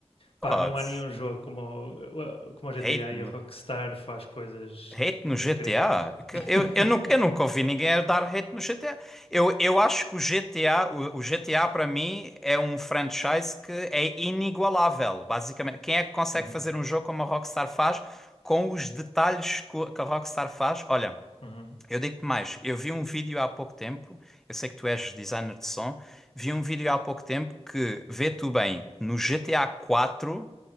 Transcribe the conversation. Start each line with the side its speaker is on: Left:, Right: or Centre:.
Left: Pá,
Centre: Pode.
Left: não há nenhum jogo como, o- como o GTA
Centre: Hate.
Left: e a Rockstar faz coisas
Centre: Hate no
Left: incríveis.
Centre: GTA? Que
Left: <laughs>
Centre: Eu, eu, nunca, eu nunca ouvi ninguém a dar hate no GTA. Eu, eu acho que o GTA, o, o GTA para mim é um franchise que é inigualável, basicamente. Quem é que consegue
Left: Uhum,
Centre: fazer um jogo como a Rockstar faz, com os detalhes co- que a Rockstar faz? Olha,
Left: uhum,
Centre: eu digo-te mais, eu vi um vídeo há pouco tempo, eu sei que tu és designer de som, vi um vídeo há pouco tempo que vê tu bem no GTA quatro.